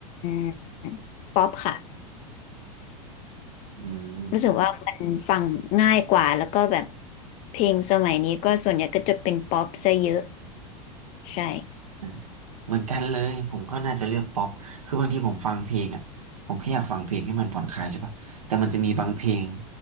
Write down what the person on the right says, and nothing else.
อืม
อ่ะเหมือนกันเลยผมก็น่าจะเลือกป๊อปคือบางทีผมฟังเพลงอ่ะผมแค่อยากฟังเพลงให้มันผ่อนคลายใช่ปะแต่มันจะมีบางเพลง